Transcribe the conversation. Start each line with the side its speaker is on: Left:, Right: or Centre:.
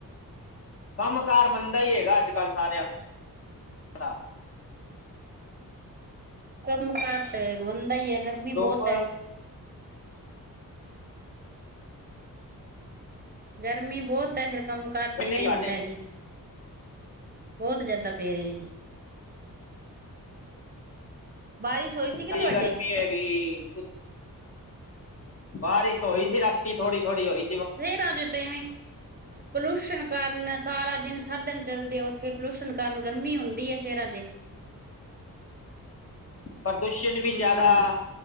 Left: ਕੰਮ-ਕਾਰ ਮੰਦਾ ਈਂ ਹੈਗਾ ਅੱਜ-ਕੱਲ ਸਾਰਿਆਂ ਦਾ
Right: ਕੰਮ ਕਾਰ ਤੇ ਮੰਦਾ ਇਐ, ਗਰਮੀ
Left: ਧੁੱਪ
Right: ਬੋਤ ਐ। ਗਰਮੀ ਬੋਤ ਐ, ਫੇਰ ਕੰਮ ਕਾਰ
Left: ਕਿੰਨੀ
Right: ਤੇ ਇਵੇਂ
Left: ਸਾਡੇ
Right: ਹੁੰਦਾ ਜੀ। ਬੋਟ ਜਿਆਦਾ ਪੇ ਰਿਐ ਜੀ। ਬਾਰਿਸ਼ ਹੋਈ ਸੀ
Left: ਸਈ
Right: ਕਿ ਤੁਹਾਡੇ
Left: ਗਰਮੀ ਹੈਗੀ। ਬਾਰਿਸ਼ ਹੋਈ ਸੀ ਰਾਤੀ ਥੋੜੀ-ਥੋੜੀ ਹੋਈ
Right: <unintelligible> ਰਾਜੇ ਤੇ ਪੋਲੂਸ਼ਨ ਕਾਰਨ, ਸਾਰਾ ਦਿਨ ਸਾਧਨ ਚੱਲਦੇ ਓਥੇ ਪੋਲੂਸ਼ਨਣ ਕਾਰਨ ਗਰਮੀ ਹੁੰਦੀ ਐ ਸ਼ੈਰਾਂ 'ਚ।
Left: ਪ੍ਰਦੂਸ਼ਣ ਵੀ
Right: ਹੂੰ,
Left: ਜਾਦਾ,